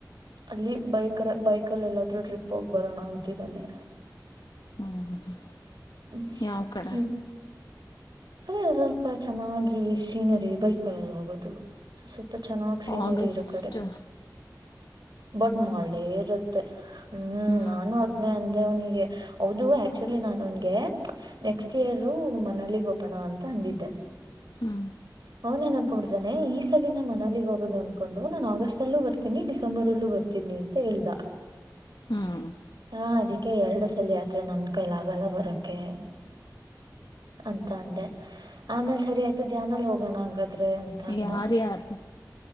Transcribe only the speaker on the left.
ಹ್ಞೂ ಹ್ಞೂ
ಯಾವ ಕಡೆ
ಆಗಸ್ಟ್
ಹ್ಞೂ
ಹ್ಞೂ
ಹ್ಞೂ
ಯಾರ್ಯಾರು